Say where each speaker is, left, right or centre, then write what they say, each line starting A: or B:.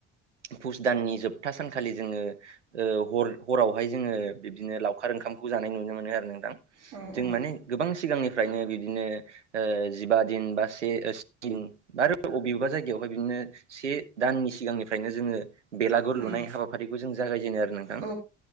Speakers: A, on the right (about 80°); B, on the right (about 60°).
A: फुस दाननि जोबथा सानखालि जोङो ओ हर हरावहाय जोङो बिबदिनो लावखार ओंखामखौ जानाय नुनो मोनो। आरो नों- जों
B: औ औ
A: माने गोबां सिगांनिफ्रायनो बिदिनो, ओ जिबा दिन बा से बा आरो बबेेबा जायगायावहाय बिदिनो, से दाननि सिगांनिफ्रायनो जोङो, बेलागुर
B: उम
A: लुनाय हाबाफारिखौ जों जागायजेनो आरो नोंथां।
B: औ